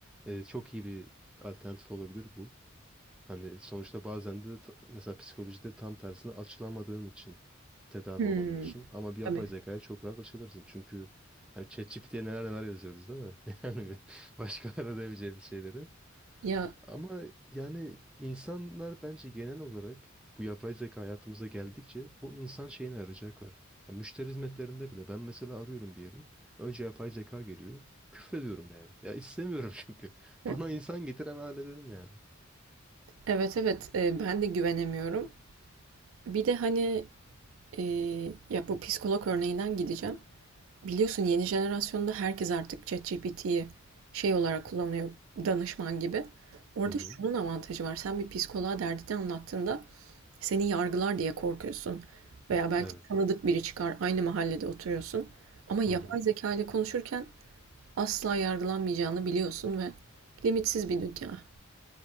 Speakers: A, in the centre; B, on the right (about 80°).
A: e, çok iyi bir alternatif olabilir bu. Hani sonuçta bazen de ta- mesela psikolojide tam tersine açılamadığın için tedavi
B: Hımm.
A: olamıyorsun. Ama bir
B: Tabii.
A: yapay zekaya çok rahat açılırsın. Çünkü hani ChatGPT'ye neler neler yazıyoruz değil mi? <laughs> Yani bir başkalarına demeyeceğimiz şeyleri.
B: Ya
A: Ama yani insanlar bence genel olarak bu yapay zeka hayatımıza geldikçe o insan şeyini arayacaklar. Yani müşteri hizmetlerinde bile ben mesela arıyorum bir yeri. Önce yapay zeka geliyor. Küfrediyorum yani. Ya istemiyorum <laughs> çünkü.
B: <laughs>
A: Bana insan getiren hale dedim yani.
B: Evet, evet. Eee, ben de güvenemiyorum. Bir de, hani, Ee, ya bu psikolog örneğinden gideceğim. Biliyorsun yeni jenerasyonda herkes artık ChatGPT'yi şey olarak kullanıyor, danışman gibi. Orada
A: Hı hı.
B: şunun avantajı var. Sen bir psikoloğa derdini anlattığında seni yargılar diye korkuyorsun. Veya belki
A: Evet.
B: tanıdık biri çıkar, aynı mahallede oturuyorsun. Ama yapay
A: Hı hı.
B: zeka ile konuşurken asla yargılanmayacağını biliyorsun ve limitsiz bir dünya.